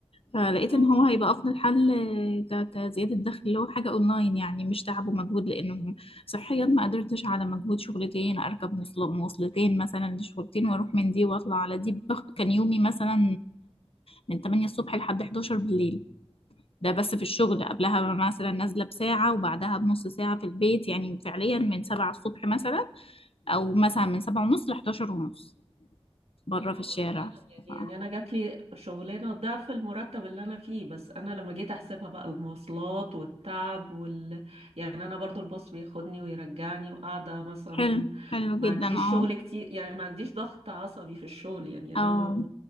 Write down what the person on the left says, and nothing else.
فلقيت
ان هو هيبقى افضل حل آه، ك- كزياده دخل اللي هو حاجه اونلاين يعني مش تعب ومجهود لانه صحيا ما قدرتش على مجهود شغلتين اركب مواصل- مواصلتين مثلا لشغلتين واروح من دي واطلع على دي باخد- كان يومي مثلا من 8 الصبح لحد 11 بالليل ده بس في الشغل
قبلها مثلا نازله بساعه وبعدها بنص ساعه في البيت يعني فعليا من 7 الصبح مثلا او مثلا من 7 ونص ل 11 ونص بره
في الشارع
ف-
حلو حلو
جدا
اه
اه